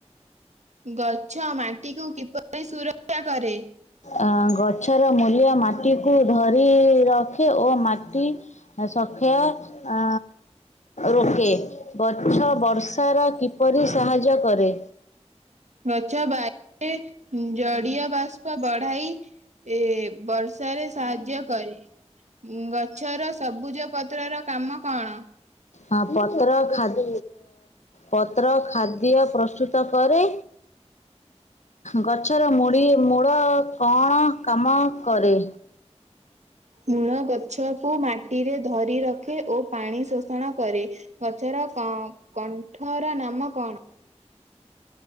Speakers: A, on the right; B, on the left.
A: ଗଛ ମାଟି କୁ କିପରି ସୁରକ୍ଷା କରେ?
B: ଆ ଗଛର ମୂଲ୍ୟ ମାଟି କୁ ଧରି ରଖେ ଓ ମାଟି ଆଉ ସତ୍ୟ ଆ ରୋକେ। ଗଛ ବର୍ଷର କିପରି ସାହାଯ୍ୟ କରେ?
A: ଗଛ ବାୟୁରେ ଜଡିୟ ବାଷ୍ପ ବଢାଇ ଏ ବର୍ଷାରେ ସାହାଯ୍ୟ କରେ। ଗଛର ସବୁଜ ପତ୍ରର କାମ କଣ?
B: ହଁ ପତ୍ର ଖାଦ୍ ପତ୍ର ଖାଦ୍ୟ ପ୍ରସ୍ତୁତ କରେ ଗଛର ମୂଡି ମୂଳ କଅଣ କାମ କରେ?
A: ମୂଳ ଗଛକୁ ମାଟିରେ ଧରି ରଖେ ଓ ପାଣି ଶୋଷ ଷଣ କରେ। ଗଛର କ କଣ୍ଠର ନାମ କଣ?